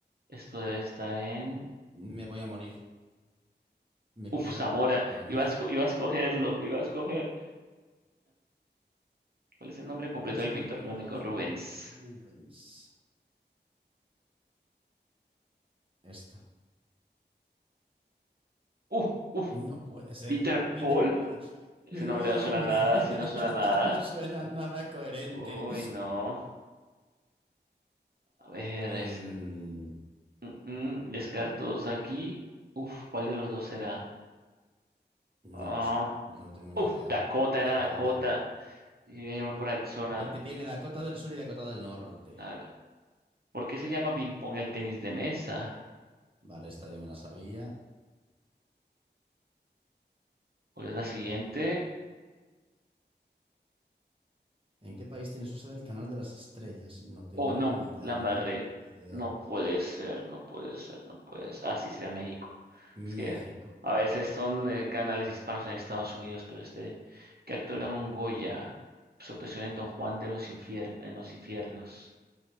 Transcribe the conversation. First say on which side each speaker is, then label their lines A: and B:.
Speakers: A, on the right; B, on the right.
A: Esto debe estar en.
B: Me voy a morir. Me quiero
A: Uf, Zamora.
B: morir.
A: Iba a, esco- iba a escogerlo, lo iba a escoger. ¿Cuál es el nombre completo
B: ¿Cuál es
A: del
B: el
A: pintor
B: nombre completo
A: flamenco
B: del fenómeno?
A: Rubens?
B: Rubens. Esta.
A: Uf, uf.
B: No puede ser.
A: Peter
B: Peter
A: Paul.
B: Paul,
A: Ese
B: menudo
A: nombre no
B: nombre.
A: suena a nada, sí no suena
B: <laughs>
A: a nada.
B: No suena nada coherente.
A: Uy, no. A ver,
B: Em,
A: este. Mm, mm, descartos aquí. Uf, ¿cuál de los dos será?
B: no
A: Ah,
B: lo sé. Yo no tengo
A: uf,
B: ni idea.
A: Dakota,
B: Dakota.
A: era Dakota. Y voy a irme por Arizona.
B: Porque tiene Dakota del Sur y Dakota del Norte.
A: Claro. ¿Por qué se llama ping pong el tenis de mesa?
B: Vale, esta ya me la sabía.
A: ¿Cuál es la siguiente?
B: ¿En qué país tiene su sede el Canal de las Estrellas? No tengo
A: Oh, no,
B: ni la
A: la
B: menor
A: embarré.
B: idea.
A: No puede ser, no puede ser, no puede ser. Ah, sí, será México.
B: México.
A: Es que a veces son eh, canales hispanos en Estados Unidos, pero este, ¿qué actor ganó un Goya? Su actuación en Don Juan de los Infiernos, en los infiernos.